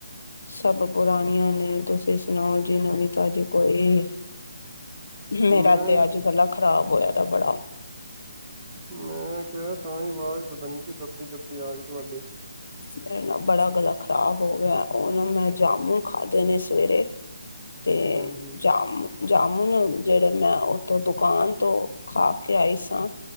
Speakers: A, on the left; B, on the right.
A: ਸਭ ਪੁਰਾਣੀਆ ਨੇ ਤੁਸੀ ਸੁਣਾਓ ਜੀ ਨਵੀ ਤਾਜ਼ੀ ਕੋਈ। ਮੇਰਾ
B: ਮੈਂ
A: ਤੇ ਅੱਜ ਗਲਾ ਖ਼ਰਾਬ ਹੋਇਆ ਦਾ ਬੜਾ।
B: ਮੈਂ ਕਿਹਾ ਤਾਹੀ ਆਵਾਜ਼ ਪਤਾ ਨੀ ਕਿ ਦੱਬੀ-ਦੱਬੀ ਆ ਰਹੀ ਤੁਹਾਡੀ।
A: ਮੇਰੇ ਨਾ ਬੜਾ ਗਲਾ ਖ਼ਰਾਬ ਹੋ ਗਿਆ ਉਹ ਨਾ ਮੈਂ ਜਾਮੁਨ ਖਾਧੇ ਨੇ ਸਵੇਰੇ।
B: <inaudible>
A: ਤੇ
B: ਹਾਂਜੀ
A: ਜਾਮ ਜਾਮੁਨ ਜਿਹੜੇ ਮੈਂ ਉੱਥੋਂ ਦੁਕਾਨ ਤੋਂ ਖਾ ਕੇ ਆਈ ਸਾ।